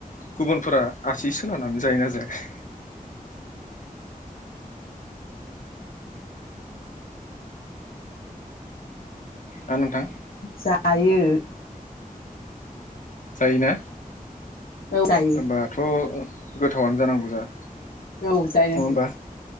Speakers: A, on the left (about 60°); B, on the left (about 75°).
A: गुबुनफोरा आसि सोलानानै जायोना जाया? ना नोंथां
B: जायो।
A: जायोना?
B: औ जायो
A: होनबाथ' गोथावनो जानांगौ जा
B: औ जायो
A: नङा होमबा